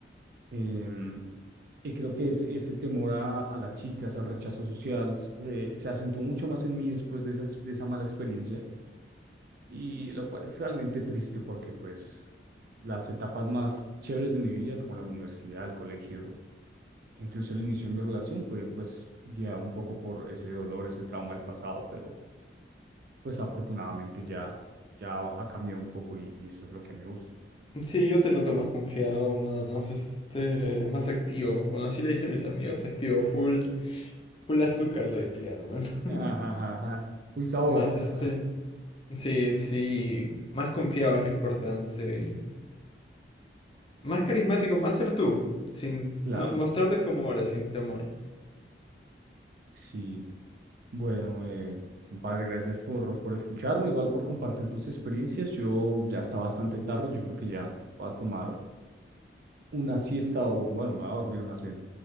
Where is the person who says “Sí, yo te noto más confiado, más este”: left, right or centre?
Left